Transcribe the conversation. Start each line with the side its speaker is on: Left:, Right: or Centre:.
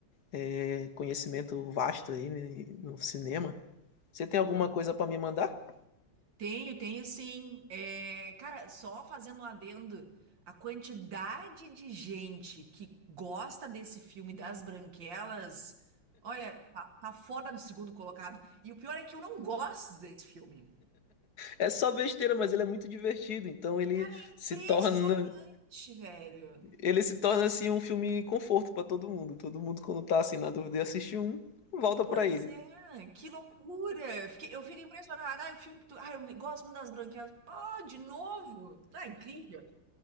Left: é, conhecimento vasto aí né, no cinema. Você tem
Right: Boa.
Left: alguma coisa pra me mandar?
Right: Tenho, tenho sim. É, cara, só fazendo um adendo, a quantidade de gente que gosta desse filme das Branquelas, olha, tá, tá fora do segundo colocado. E o pior é que eu não gosto desse filme.
Left: É só besteira, mas ele é muito divertido, então ele
Right: Cara, é impressionante,
Left: se torna.
Right: velho.
Left: Ele se torna assim um filme conforto pra todo mundo. Todo mundo quando tá assim na dúvida e assiste um, volta
Right: Pois
Left: pra ele.
Right: é, que loucura! Fiquei- eu fico impressionada. Ah, o filme que tu. Ah, eu gosto muito das branquelas. Pô, de novo! Ah, incrível!